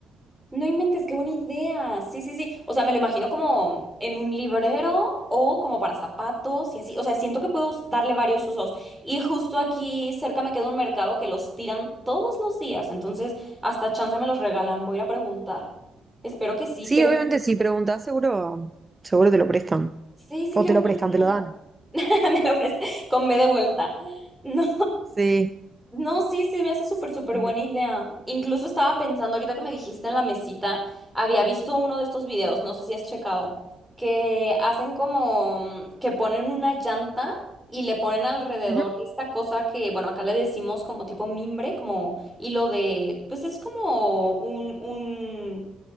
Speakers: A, in the centre; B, on the right.
A: No inventes, qué buena idea. Sí, sí, sí. O sea, me lo imagino como en un librero o como para zapatos y así. O sea, siento que puedo us- darle varios usos. Y justo aquí cerca me queda un mercado que los tiran todos los días. Entonces, hasta chance me los regalan. Voy a ir a preguntar. Espero que sí,
B: Sí,
A: pero
B: obviamente si preguntas, seguro, seguro te lo prestan.
A: sí, sí,
B: O
A: qué
B: te
A: buena
B: lo prestan,
A: idea.
B: te lo dan.
A: <laughs> Me lo pres- con B de vuelta. <laughs> No.
B: Sí.
A: No, sí, sí, me hace súper,
B: Sí.
A: súper buena idea. Incluso estaba pensando ahorita que me dijiste en la mesita, había visto uno de estos videos, no sé si has checado, que hacen como mm, que ponen una llanta y le ponen alrededor
B: Ujú,
A: de esta cosa que, bueno, acá le decimos como tipo mimbre, como hilo de, pues es como un, un